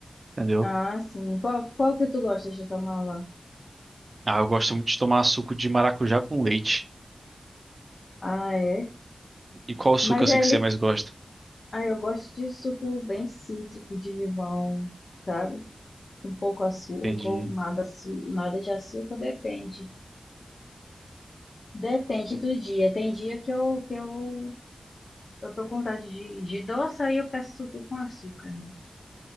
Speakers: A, on the right (about 50°); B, on the left (about 65°).
A: entendeu?
B: Ah, sim. Qual, qual que tu gosta de tomar lá?
A: Ah, eu gosto muito de tomar suco de maracujá com leite.
B: Ah, é.
A: E qual suco
B: Mas
A: assim
B: ele
A: que você mais gosta?
B: Ah, eu gosto de suco bem cítrico, de limão, sabe? Um pouco açúcar
A: Entendi.
B: ou nada, açu- nada de açúcar, depende. Depende do dia. Tem dia que eu, que eu, eu tô com vontade de, de doce, aí eu peço suco com açúcar. né?